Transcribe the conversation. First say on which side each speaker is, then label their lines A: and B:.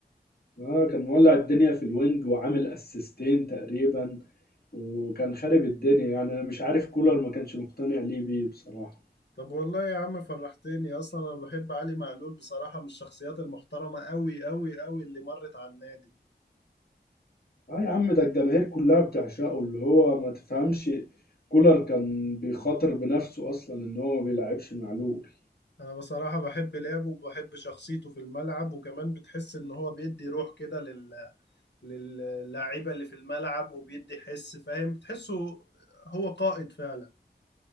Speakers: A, on the left; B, on the left.
A: اه كان مولع الدنيا في الوينج وعامل اسيستين تقريبا وكان خارب الدنيا يعني انا مش عارف كولر ما كانش مقتنع ليه بيه بصراحة
B: طب والله يا عم فرحتني اصلا انا بحب علي معلول بصراحة من الشخصيات المحترمة قوي قوي قوي اللي مرت على النادي
A: اه يا عم ده الجماهير كلها بتعشقه اللي هو ما تفهمش كولر كان بيخاطر بنفسه اصلا ان هو ما بيلعبش معلول
B: انا بصراحة بحب لعبه وبحب شخصيته في الملعب وكمان بتحس ان هو بيدي روح كده لل... للاعيبة اللي في الملعب وبيدي حس فاهم تحسه هو قائد فعلا